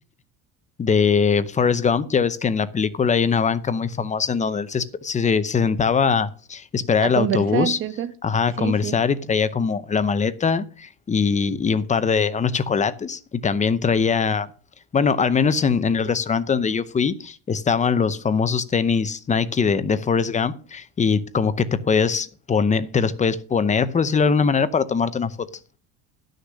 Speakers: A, on the left (about 20°); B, on the right (about 35°).
A: de Forrest Gump. Ya ves que en la película hay una banca muy famosa en donde él se, espe- se- se- se sentaba a esperar
B: A
A: el
B: conversar,
A: autobús,
B: ¿cierto?
A: ajá, a conversar
B: Sí, sí.
A: y traía como la maleta y, y un par de, unos chocolates. Y también traía, bueno, al menos en, en el restaurante donde yo fui, estaban los famosos tenis Nike de, de Forrest Gump y como que te podías poner, te los podías poner, por decirlo de alguna manera, para tomarte una foto.